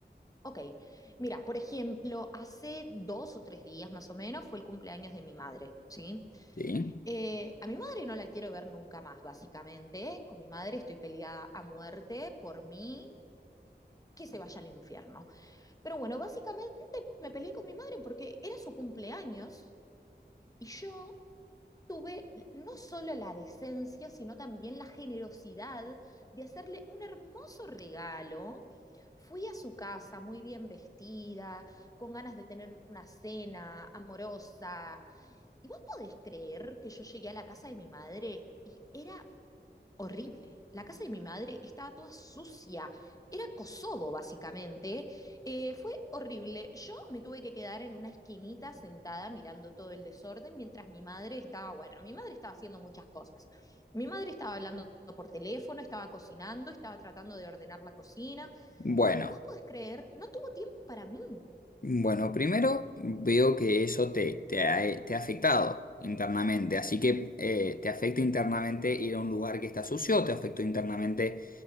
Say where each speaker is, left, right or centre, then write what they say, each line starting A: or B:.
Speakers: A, on the left (about 20°); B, on the left (about 50°).
A: ok, mira, por ejemplo, hace dos o tres días más o menos fue el cumpleaños de mi madre, ¿sí?
B: ¿sí?
A: Eh, a mi madre no la quiero ver nunca más, básicamente, con mi madre estoy peleada a muerte por mí. que se vaya al infierno. Pero bueno, básicamente me peleé con mi madre porque era su cumpleaños y yo tuve no solo la decencia, sino también la generosidad de hacerle un hermoso regalo. Fui a su casa muy bien vestida, con ganas de tener una cena amorosa. ¿Y vos podés creer que yo llegué a la casa de mi madre y era horrible. La casa de mi madre estaba toda sucia. Era Kosovo, básicamente. Eh, fue horrible. Yo me tuve que quedar en una esquinita sentada mirando todo el desorden mientras mi madre estaba, bueno, mi madre estaba haciendo muchas cosas. Mi madre estaba hablando por teléfono, estaba cocinando, estaba tratando de ordenar la cocina.
B: Bueno.
A: Y vos podés creer, no tuvo tiempo para mí.
B: Bueno, primero veo que eso te, te ha, te ha afectado internamente, así que eh, te afecta internamente ir a un lugar que está sucio, te afectó internamente